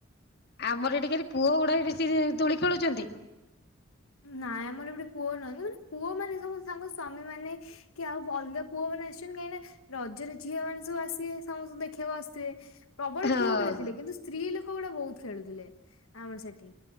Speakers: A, on the left; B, on the left.
A: ଆମର ଏଠି ଖାଲି ପୁଅ ଗୁଡା ବେଶୀ ଦୋଳି ଖେଳୁଚନ୍ତି।
B: ନାଇଁ ଆମର ଏପଟେ ପୁଅ ନାହାନ୍ତି ମାନେ ପୁଅମାନେ ସବୁ ସାଙ୍ଗ ସ୍ଵାମୀ ମାନେ କି ଆଉ ଅଲଗା ପୁଅମାନେ ଆସୁଚନ୍ କାହିଁକି ନା ରଜରେ ଝିଅ ମାନେ ସବୁ ଆସିବେ ସମସ୍ତଙ୍କୁ ଦେଖିବାକୁ ଆସିଥିବେ। ପ୍ରବଳ
A: ହଁ
B: ପୁଅ ପିଲା ଥିଲେ କିନ୍ତୁ ସ୍ତ୍ରୀ ଲୋକଗୁଡା ବୋହୁତ୍ ଖେଳୁଥିଲେ ଆମର ସେଠି।